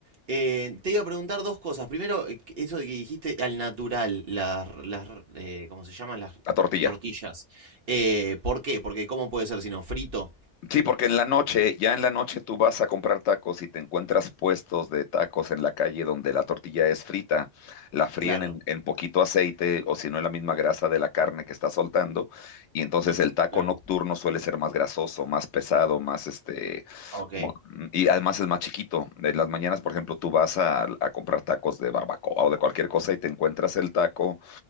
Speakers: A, on the right; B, on the left.
A: Eh, te iba a preguntar dos cosas. Primero, eh, eso de que dijiste al natural, las, las, eh, ¿cómo se llaman? Las
B: la tortilla,
A: tortillas. Eh, ¿por qué? Porque ¿cómo puede ser sino Frito.
B: Sí, porque en la noche, ya en la noche tú vas a comprar tacos y te encuentras puestos de tacos en la calle donde la tortilla es frita, la fríen
A: Claro.
B: en, en poquito aceite o si no en la misma grasa de la carne que está soltando y entonces
A: Y,
B: el taco
A: claro.
B: nocturno suele ser más grasoso, más pesado, más este,
A: Ok.
B: como, y además es más chiquito. En las mañanas, por ejemplo, tú vas a, a comprar tacos de barbacoa o de cualquier cosa y te encuentras el taco